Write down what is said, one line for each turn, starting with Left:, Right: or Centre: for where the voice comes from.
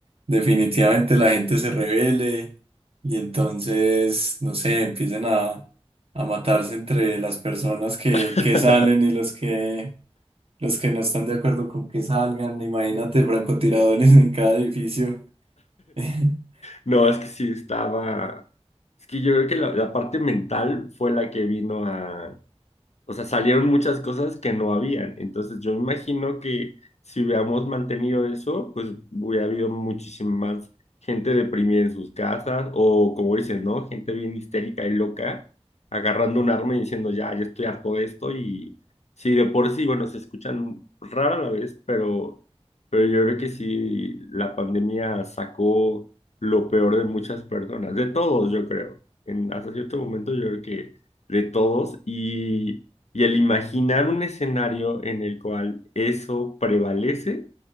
Right: definitivamente la gente se rebele y entonces, no sé, empiecen a, a matarse entre las personas que,
Left: <laughs>
Right: que salen y los que, los que no están de acuerdo con que salgan. Imagínate francotiradores en cada edificio. <laughs>
Left: No, es que sí estaba, es que yo creo que la, la parte mental fue la que vino a, o sea, salieron muchas cosas que no habían. Entonces yo imagino que si hubiéramos mantenido eso, pues hubiera habido muchísima más gente deprimida en sus casas o como dices, ¿no? Gente bien histérica y loca, agarrando un arma y diciendo, ya, yo estoy harto de esto y sí, de por sí, bueno, se escuchan rara la vez, pero, pero yo creo que sí, la pandemia sacó lo peor de muchas personas, de todos, yo creo. En, hasta cierto momento yo creo que de todos y y el imaginar un escenario en el cual eso prevalece,